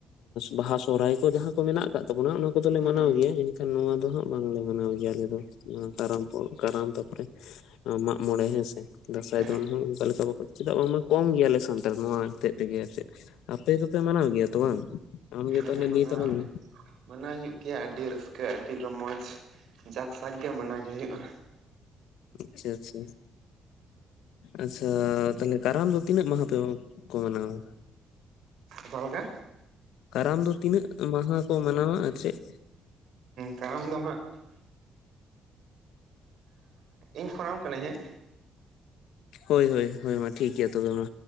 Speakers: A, on the left; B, on the right.
A: ᱵᱟᱦᱟ ᱥᱚᱦᱨᱟᱭ ᱠᱚ ᱡᱟᱦᱟᱸ ᱠᱚ ᱢᱮᱱᱟᱜ ᱟᱠᱟᱫ ᱛᱟᱵᱚᱱᱟ ᱚᱱᱟ ᱠᱚᱫᱚᱞᱮ ᱢᱟᱱᱟᱣ
B: ᱦᱩᱸ
A: ᱜᱮᱭᱟ ᱮᱱᱠᱷᱟᱱ ᱱᱚᱣᱟ ᱫᱚ ᱦᱟᱸᱜ ᱵᱟᱝᱞᱮ ᱢᱟᱱᱟᱣ ᱜᱮᱭᱟ ᱟᱞᱮ ᱫᱚ ᱠᱟᱨᱟᱢ ᱠᱟᱨᱟᱢ ᱛᱟᱨᱯᱚᱨᱮ ᱢᱟᱜ ᱢᱚᱬᱮ ᱦᱮᱸᱥᱮ ᱫᱟᱸᱥᱟᱭ
B: ᱦᱮᱸ
A: ᱫᱚᱱ ᱦᱚᱸ ᱚᱱᱠᱟ ᱞᱮᱠᱟ ᱪᱮᱫᱟᱜ ᱵᱟᱝ ᱢᱟ ᱠᱚᱢ ᱜᱮᱭᱟᱞᱮ ᱥᱟᱱᱛᱟᱲ ᱠᱚᱢᱟ ᱦᱚᱛᱮᱫ ᱛᱮᱜᱮ ᱟᱨ ᱪᱮᱫ ᱟᱯᱮ ᱫᱚᱯᱮ ᱢᱟᱱᱟᱣ ᱜᱮᱭᱟ ᱛᱚ ᱵᱟᱝ ᱟᱢᱜᱮ
B: ᱦᱮᱸ
A: ᱛᱟᱦᱚᱞᱮ
B: ᱢᱟᱱᱟᱣ
A: ᱞᱟᱹᱭ ᱛᱟᱞᱟᱝ ᱢᱮ
B: ᱢᱟᱱᱟᱣ ᱦᱩᱭᱩᱜ ᱜᱮᱭᱟ ᱟᱹᱰᱤ ᱨᱟᱹᱥᱠᱟᱹ ᱟᱹᱰᱤ ᱨᱚᱢᱚᱡᱽ ᱡᱟᱠ ᱥᱟᱠ ᱜᱮ ᱢᱟᱱᱟᱣ ᱜᱮ ᱦᱩᱭᱩᱜᱼᱟ
A: ᱟᱪᱪᱷᱟ ᱟᱪᱪᱷᱟ ᱟᱪᱪᱷᱟ ᱛᱟᱦᱞᱮ ᱠᱟᱨᱟᱢ ᱫᱚ ᱛᱤᱱᱟᱹᱜ ᱢᱟᱦᱟ ᱯᱮ ᱠᱚ ᱢᱟᱱᱟᱣᱟ
B: ᱚᱠᱟᱞ ᱞᱮᱠᱟ
A: ᱠᱟᱨᱟᱢ ᱫᱚ ᱛᱤᱱᱟᱹᱜ ᱢᱟᱦᱟ ᱠᱚ ᱢᱟᱱᱟᱣᱟ ᱟᱨ ᱪᱮᱫ
B: ᱠᱟᱨᱟᱢ ᱫᱚ ᱦᱟᱸᱜ ᱤᱧ ᱯᱷᱳᱱᱟᱢ ᱠᱟᱹᱱᱟᱹᱧ ᱦᱮᱸ
A: ᱦᱳᱭ ᱦᱳᱭ ᱦᱳᱭ ᱢᱟ ᱴᱷᱤᱠ ᱜᱮᱭᱟ ᱛᱚᱵᱮ ᱢᱟ